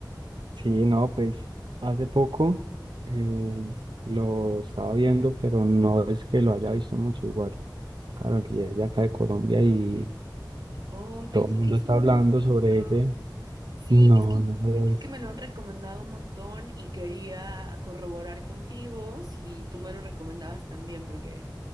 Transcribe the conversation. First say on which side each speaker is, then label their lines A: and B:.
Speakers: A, on the right (about 80°); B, on the right (about 60°).
A: Sí, no, pues hace poco eh, lo estaba viendo, pero no es que lo haya visto mucho igual. Claro, y es de acá de Colombia y
B: Oh, pensé
A: todo el mundo
B: que sí
A: está
B: lo
A: hablando
B: habías visto.
A: sobre ese.
B: Sí,
A: No,
B: es que
A: no me lo he
B: es
A: visto.
B: que me lo han recomendado un montón y quería corroborar contigo si tú me lo recomendabas también porque